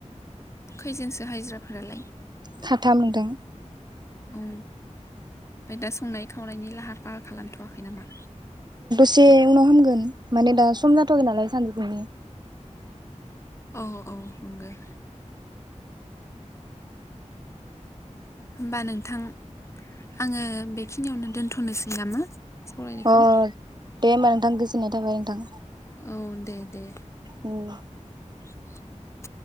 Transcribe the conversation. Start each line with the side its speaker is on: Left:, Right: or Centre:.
Left: खैजोनसो हाइज्राफोरालाय?
Right: खाथाम नोंथां
Left: औ फाय दा संनाय खावनायनि लाहा पाहा खालाम थ'वाखै नामा?
Right: से उनाव खामगोन माने दा सम जाथ'आखै नालाय सानजो फुंनि
Left: औ औ नंगो होमबा नोंथां आङो बेखिनियावनो दोनथ'नोसै नामा सावरायनायखौ
Right: अ दे होमबा नोंथां गोजोननाय थाबाय नोंथां।
Left: औ दे दे
Right: उम
Left: <inaudible>